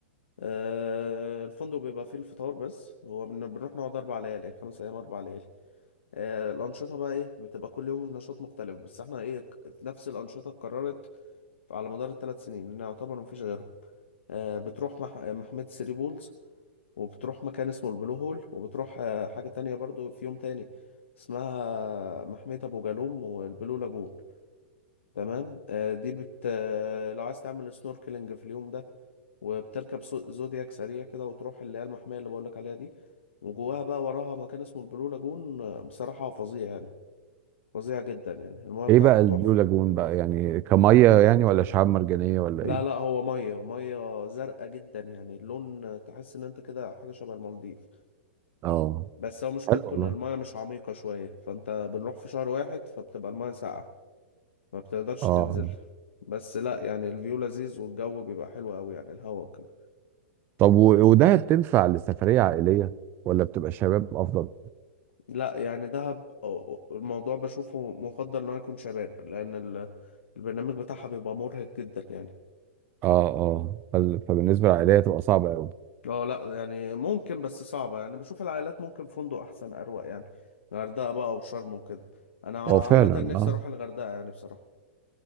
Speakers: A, on the left (about 75°); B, on the right (about 30°).
A: آه، الفندق بيبقى فيه الفطار بس هو بن- بنروح نقعد اربع ليالي خمس ايام اربع ليالي آه، الأنشطة بقى إيه بتبقى كل يوم نشاط مختلف بس إحنا إيه نفس الأنشطة اتكررت على مدار الثلاث سنين لأن يعتبر مفيش غيرهم آه، بتروح مح... آه، محمية ثري بولز وبتروح مكان اسمه البلو هول وبتروح آه، حاجة تانية برضو في يوم تاني اسمها محمية أبو جالوم والبلو لاجون تمام آه، دي بت آه، لو عايز تعمل سنوركلينج في اليوم ده وبتركب سو- زودياك سريع كده وتروح اللي هي المحمية اللي بقولك عليها دي وجواها بقى وراها مكان اسمه البلو لاجون آه، بصراحة فظيع يعني فظيع جدا يعني المايه بتاعته
B: ايه بقى البلو
A: تحفة
B: لاجون بقى يعني كميه
A: البلو...
B: يعني ولا شعاب مرجانيه ولا
A: لا
B: ايه
A: لا هو ميه ميه زرقاء جدا يعني اللون تحس ان انت كده حاجة شبه المالديف
B: اه
A: بس هو مشكلته
B: حلو والله
A: ان المايه مش عميقة شوية فانت بنروح في شهر واحد فبتبقى المايه ساقعة ما بتقدرش
B: اه
A: تنزل بس لا يعني الفيو لذيذ والجو بيبقى حلو قوي يعني الهوا وكده
B: طب و- وده بتنفع لسفريه عائليه ولا بتبقى شباب افضل
A: لا يعني دهب أو- الموضوع بشوفه مفضل ان هو يكون شباب لان ال- البرنامج بتاعها بيبقى مرهق جدا يعني
B: اه اه فال- فبالنسبه للعائليه تبقى صعبه قوي
A: اه لا يعني ممكن بس صعبة يعني بشوف العائلات ممكن فندق أحسن أروق يعني غردقة بقى أو شرم وكده أنا
B: هو فعلا
A: عامة نفسي
B: اه
A: أروح الغردقة يعني بصراحة